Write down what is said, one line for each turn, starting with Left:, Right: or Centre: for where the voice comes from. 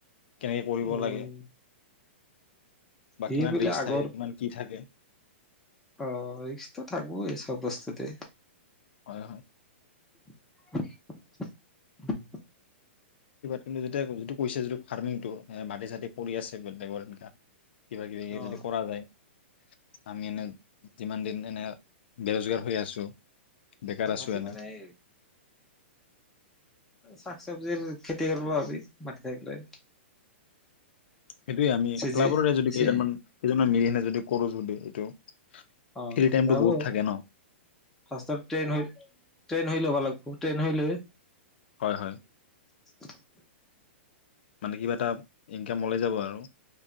Left: কেনেকৈ কৰিব
Centre: উম
Left: লাগে? বা
Centre: সি
Left: কিমান
Centre: বোলে
Left: ৰিস্ক
Centre: আগৰ
Left: থাকে কিমান কি থাকে
Centre: অ ৰিক্সতো‌ থাকিব এই চব বস্তুতে
Left: হয় হয়
Centre: উম
Left: কিন্তু যেতিয়া যিটো কৈছে যিটো ফাৰ্মিংটো মাটি চাতি পৰি আছে প্ৰতেক্যৰ বিঘা কিবা কিবি
Centre: অ'
Left: যদি কৰা যায় আমি এনে যিমান দিন এনে বে ৰজগাৰ হৈ আছো বেকাৰ আছো
Centre: মাটি
Left: এনে
Centre: মানে এ শাক চবজিৰ খেতি কৰিব কাৰণে মাটি থাকিলে
Left: সেইটোয়ে আমি
Centre: চিজি
Left: ক্লাবৰে যদি
Centre: চি
Left: কেইজনমান কেইমান মিলি যদি কৰো যদি এইটো
Centre: অ
Left: ফ্ৰী টাইমটো
Centre: যাব
Left: বহুত থাকে ন
Centre: ফাৰ্ষ্টত ট্ৰেইন হৈ ট্ৰেইন হৈ ল'ব লাগে <unintelligible>
Left: হয় হয়
Centre: <unintelligible>
Left: মানে কিবা এটা ইনকাম ওলাই যাব আৰু